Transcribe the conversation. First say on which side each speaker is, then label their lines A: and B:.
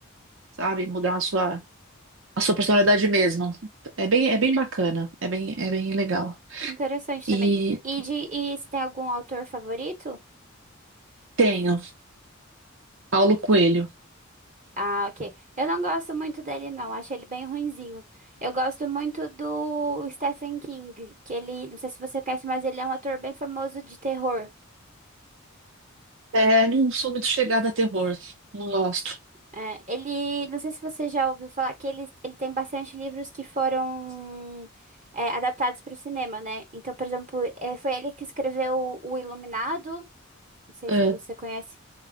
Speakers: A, on the right; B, on the right.
A: sabe? Mudar a sua, a sua personalidade mesmo. É bem, é bem bacana, é bem, é bem legal.
B: interessante
A: E
B: também. E, de, e se tem algum autor favorito?
A: tenho Paulo Coelho.
B: Ah, ok. Eu não gosto muito dele, não. Acho ele bem ruinzinho. Eu gosto muito do Stephen King, que ele, não sei se você conhece, mas ele é um ator bem famoso de terror.
A: É, não sou muito chegada a terror. Não gosto.
B: É, ele, não sei se você já ouviu falar que ele, ele tem bastante livros que foram é, adaptados para o cinema, né? Então, por exemplo, é, foi ele que escreveu O Iluminado, não sei
A: É,
B: se você conhece,